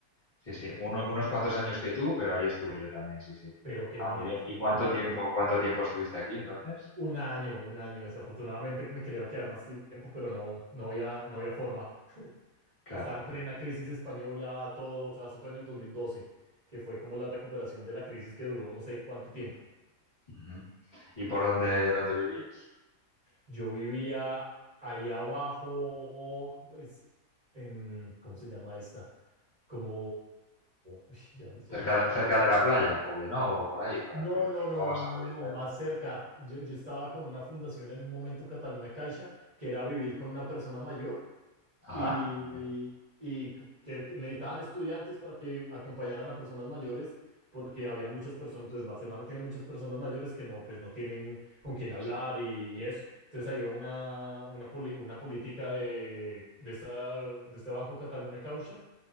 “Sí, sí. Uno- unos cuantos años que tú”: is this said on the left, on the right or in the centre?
Left